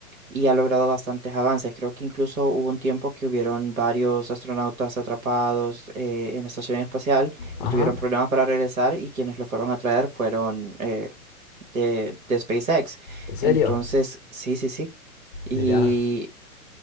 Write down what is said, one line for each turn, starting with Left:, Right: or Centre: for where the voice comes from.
Right: y ha logrado bastantes avances. Creo que incluso hubo un tiempo que hubieron varios astronautas atrapados eh, en la estación espacial
Left: Ajá,
Right: y tuvieron problemas para regresar y quienes los fueron a traer fueron eh, de, de SpaceX.
Left: ¿en serio?
Right: Entonces, sí, sí, sí. Y
Left: Mirá,